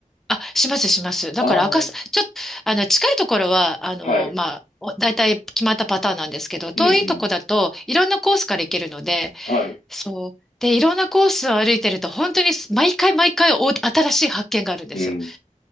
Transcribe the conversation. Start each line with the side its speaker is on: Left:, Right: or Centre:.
Centre: あ、します、します。だから赤す、
Left: ああ、
Centre: ちょっと、あの、近いところは、あの、
Left: はい。
Centre: まあ、お大体決まったパターンなんですけど、遠いとこだといろんなコースから行けるので、
Left: うんうん。はい。
Centre: そう。で、いろんなコースを歩いてると、本当にす毎回毎回お新しい発見があるんですよ。
Left: うん。